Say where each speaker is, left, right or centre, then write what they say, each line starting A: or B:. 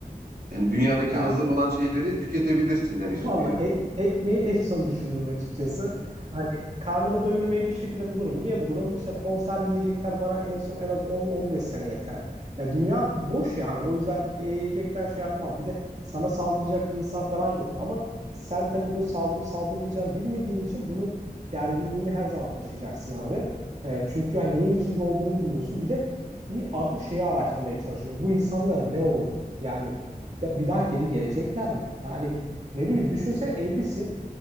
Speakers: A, on the right; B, on the right.
A: Yani dünyadaki
B: Ya
A: hazır olan şeyleri tüketebilirsin. Hani
B: valla
A: e,
B: ek, ekmeği en son düşünürüm açıkçası. Hani karnımı doyurmayı bir şekilde bulurum. Niye bulurum? İşte konserve yiyecekler bana en son en az 10-15 sene yeter. Ya dünya boş ya hani o yüzden yiyecekten şey yapmam. Bir de sana saldıracak bir insan falan yok. Ama sen tabii bunu saldırıp saldırmayacağını bilmediğin için bunun gerginliğini her zaman taşıyacaksın abi. Ee, çünkü hani neyin içinde olduğunu bilmiyorsun. Bir de bir artık şeyi araştırmaya çalışıyorum. Bu insanlara ne oldu? Yani bir daha geri gelecekler mi? Yani ne bileyim düşünsene evlisin